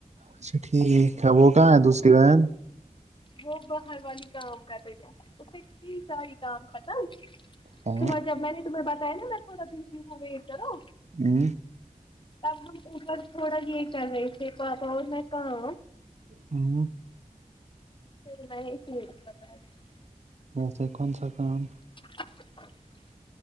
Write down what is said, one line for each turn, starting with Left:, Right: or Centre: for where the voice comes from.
Right: اچھا ٹھیک ہے وہ کہاں ہے دوسری بہن
Left: وہ باہر والی کام کرتے تھے اسے ساری کام ختم
Right: ہاں
Left: صبح جب میں نے تمہیں بتایا نا تھوڑا دن د ویٹ کرو
Right: نے
Left: اب ہم اوپر تھوڑا یہ کر رہے تھے پاپا اور میں کام
Right: ہاں
Left: پھر میں اس سے بتا رہی تھی
Right: ویسے کون سا کام
Left: <inaudible>